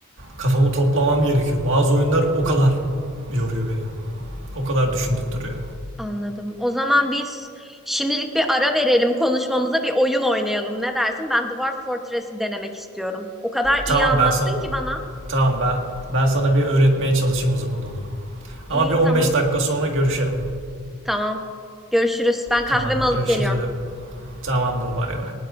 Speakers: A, on the right; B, in the centre.
A: kafamı toplamam gerekiyor. Bazı oyunlar o kadar yoruyor beni. O kadar düşündürtüyor.
B: Anladım. O zaman biz şimdilik bir ara verelim, konuşmamıza bir oyun oynayalım. Ne dersin? Ben Dwarf Fortress'i denemek istiyorum. O kadar iyi
A: Tamam
B: anlattın
A: ben sana
B: ki bana.
A: Tamam ben ben sana bir öğretmeye çalışayım o zaman onu.
B: İyi,
A: Ama bir 15
B: tamam.
A: dakika sonra görüşelim.
B: Tamam. Görüşürüz. Ben kahvemi
A: Tamam
B: alıp
A: görüşürüz
B: geliyorum.
A: dedim. Tamamdır bay bay.